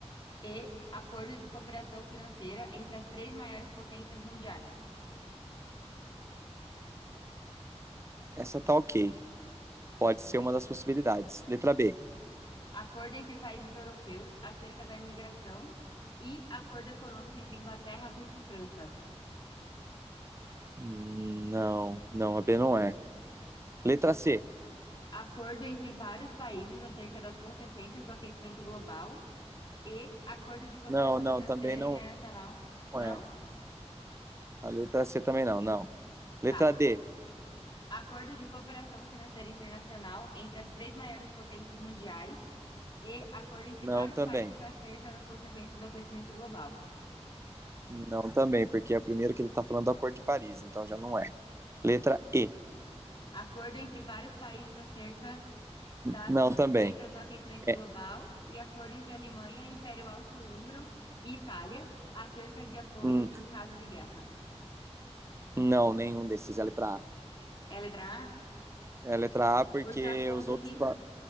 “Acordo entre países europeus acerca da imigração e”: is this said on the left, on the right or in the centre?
Left